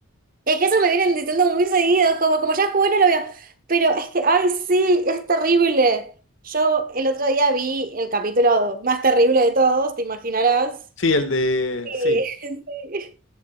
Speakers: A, on the right; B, on the left.
A: Es que eso me vienen diciendo muy seguido, es como, como ya es bueno lo veo. Pero es que, ay, sí, es terrible. Yo el otro día vi el capítulo más terrible de todos, te imaginarás.
B: Sí, el de...
A: Sí,
B: Sí.
A: <laughs> sí.